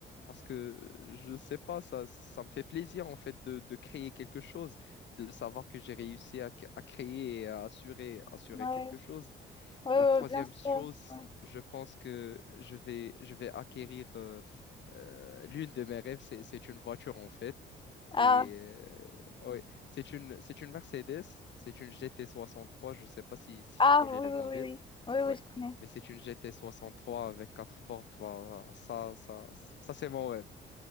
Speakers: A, on the left; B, on the left.
A: parce que je sais pas, ça, ça me fait plaisir en fait de, de créer quelque chose, de savoir que j'ai réussi à, à créer et à assurer, assurer
B: Ouais,
A: quelque chose.
B: ouais,
A: La troisième
B: ouais, bien sûr.
A: chose,
B: ouais.
A: je pense que je vais, je vais acquérir euh, euh, l'une de mes rêves, c'est, c'est une voiture en fait.
B: Ah,
A: Et euh, ouais, c'est une, c'est une Mercedes, c'est une GT63, je ne sais pas si, si
B: ah,
A: tu connais
B: oui, oui,
A: le
B: oui,
A: modèle.
B: oui, oui,
A: Ouais,
B: oui, je connais.
A: mais c'est une GT63 avec quatre portes. Voilà, ça, ça, ça c'est mon rêve.